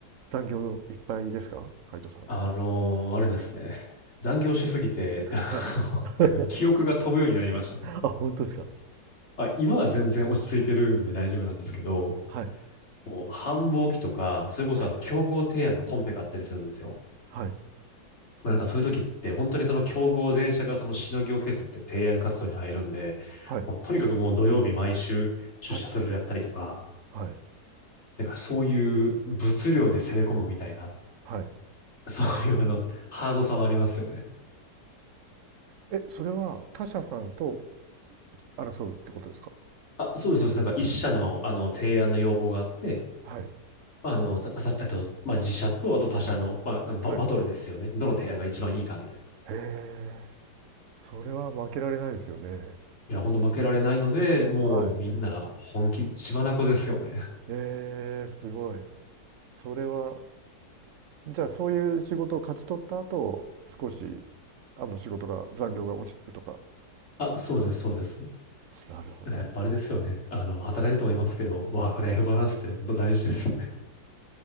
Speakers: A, on the right (about 60°); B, on the left (about 40°).
A: 残業いっぱいですか海藤さん
B: あのーあれですね。残業しすぎて、<laughs> あのなんか記憶が飛ぶようになりましたね。
A: はい <laughs> あ本当ですか
B: まあ、今は全然落ち着いてるんで大丈夫なんですけど、
A: はい
B: もう繁忙期とか、それこそあの競合提案のコンペがあったりするんですよ。
A: はいはい
B: まあなんかそういう時って本当にその競合全社がそのしのぎを削って提案活動に入るんで、
A: はい
B: もうとにかくもう土曜日毎週出社するやったりとか、
A: はいはい
B: なんかそういう物量で攻め込むみたいな、
A: はいへ
B: そういうあのハードさはありますよね。
A: ええそれは他社さんと争うってことですか
B: あ、そうです、そうです。なんか一社のあの提案の要望があって、
A: はい
B: まああの、たさあと、まあ自社とあと他社の、まあ、あのババトルですよね。
A: はい
B: どの提案が一番いいかみたいな。
A: へえそれは負けられないですよね
B: いや、ほんと負けられないので、もうみんな本気、
A: はい
B: 血眼ですよね。<laughs>
A: えー、すごいそれはじゃあそういう仕事を勝ち取った後少しあの仕事が、残業が落ち着くとかっ
B: あ、
A: ていう感じで
B: そうです、そうです。
A: す。なるほど。
B: だからやっぱあれですよね。あの、働いてると思いますけど、
A: はい。
B: ワークライフバランスって本当大事ですよね。